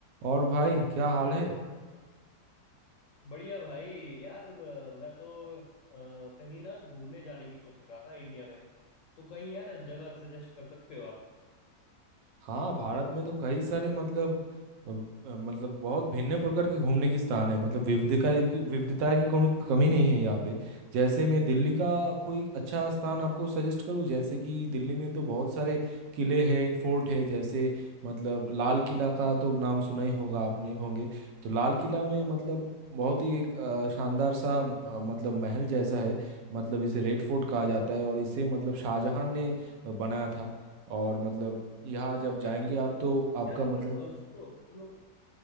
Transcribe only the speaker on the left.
बढ़िया भाई यार अ, मैं तो अ, कहीं ना घूमने जाने की सोच रहा था इंडिया में तो कहीं यार जगह सजेस्ट कर सकते हो आप
अच्छा
यार
यार
पर अ, सुनो सुनो